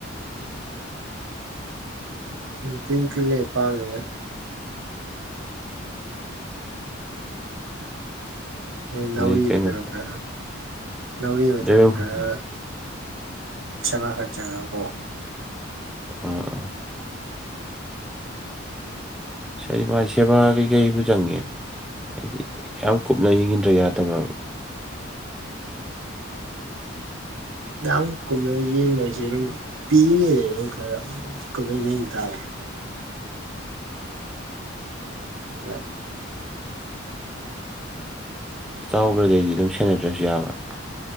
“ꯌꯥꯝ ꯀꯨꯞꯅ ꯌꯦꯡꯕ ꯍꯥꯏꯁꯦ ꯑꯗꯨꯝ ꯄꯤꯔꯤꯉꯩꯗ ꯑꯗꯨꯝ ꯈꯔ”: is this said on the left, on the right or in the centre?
Right